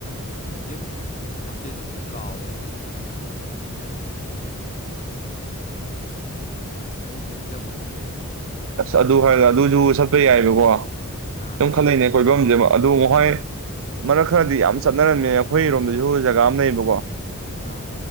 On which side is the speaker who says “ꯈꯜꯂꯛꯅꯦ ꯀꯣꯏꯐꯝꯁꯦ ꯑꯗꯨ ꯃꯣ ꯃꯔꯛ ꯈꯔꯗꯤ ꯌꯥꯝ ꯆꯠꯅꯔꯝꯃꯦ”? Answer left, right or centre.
Right